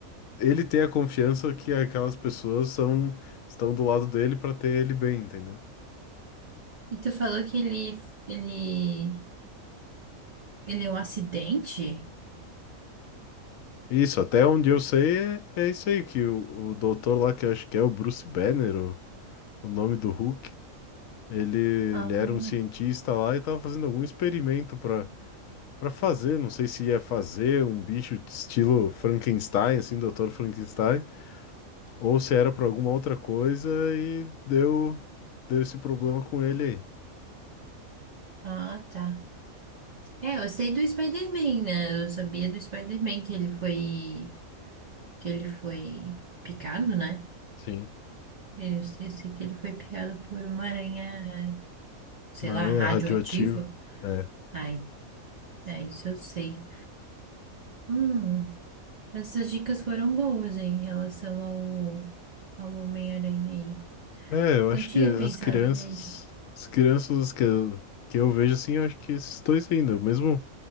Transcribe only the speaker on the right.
E tu falou que ele, ele, ele é um acidente?
Ah,
ah, tá. É, eu sei do Spider-Man, né? Eu sabia do Spider-Man que ele foi, que ele foi picado, né?
É, Eu, sei sei que ele foi picado por uma aranha, sei
lá,
radioativa.
Ai, é isso eu sei. Hum, essas dicas foram boas em relação ao, ao Homem-Aranha aí.
Não tinha
pensado
nele.